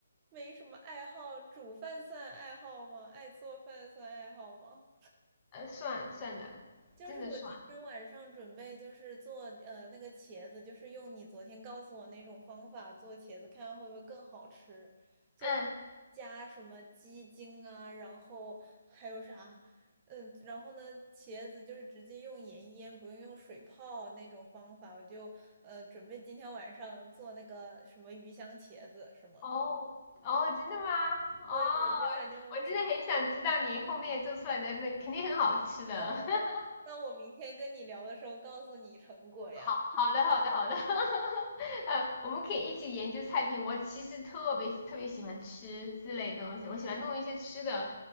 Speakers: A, on the right; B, on the left.
A: 没什么爱好，煮饭算爱好吗？爱做饭算爱好吗？
B: 呃，算算的，
A: 就是我今天晚上准备就是做呃那个茄子，
B: 真的算，
A: 就是用你昨天告诉我那种方法做茄子，看看会不会更好吃。就是加什么鸡精啊，
B: 嗯。
A: 然后还有啥，嗯、然后呢，茄子就是直接用盐腌，不用用水泡那种方法。我就呃准备今天晚上做那个什么鱼香茄子，是吗？
B: 哦哦，真的吗？哦，
A: 对，我今晚就，
B: 我真的很想知道你后面做出来的那肯定很好吃的。
A: 嗯，
B: <laughs>
A: 那我明天跟你聊的时候告诉你成果呀。
B: 好好的好的好的，<laughs> 呃，我们可以一起研究菜品。我其实特别特别喜欢吃之类的东西，我喜欢弄一些吃的，